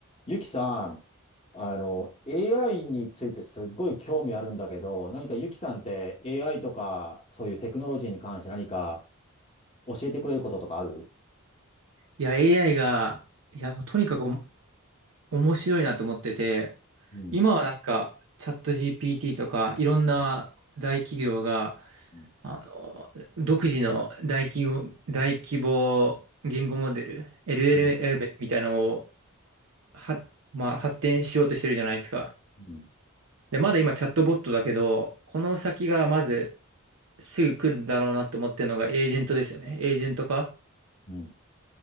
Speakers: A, on the left; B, on the right.
A: ゆきさん、あの、AI についてすっごい興味あるんだけど、何かゆきさんって AI とか、そういうテクノロジーに関して何か教えてくれることとかある
B: いや、AI が、いや、もうとにかくお面白いなと思ってて、
A: うん、
B: 今はなんか、チャット GPT とか、いろんな大企業が、
A: うん、
B: あの、独自の大企業、大規模言語モデル、LLM
A: うん、
B: みたいなのを、は、まあ、発展しようとしてるじゃないですか。
A: うん、
B: で、まだ今チャットボットだけど、この先がまずすぐ来るだろうなと思ってるのがエージェントですよね。エージェント化。
A: うん、